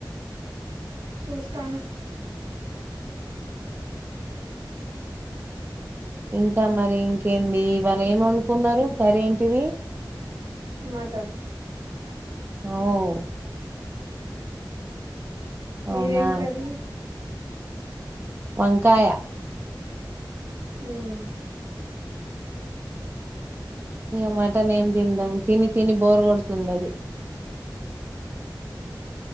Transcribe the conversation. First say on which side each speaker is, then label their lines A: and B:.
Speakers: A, on the right; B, on the right.
A: చూస్తాను.
B: ఇంకా మరి ఇంకేంది. ఇవాళ ఎం ఒండుకున్నరు కరెంటిది.
A: మటన్
B: వావ్ అవునా
A: మీదేం కర్రి
B: వంకాయ
A: హ్మ్
B: ఇగ మటన్ ఏం తిందాం. తిని తిని బోర్ కొడుతున్నాది.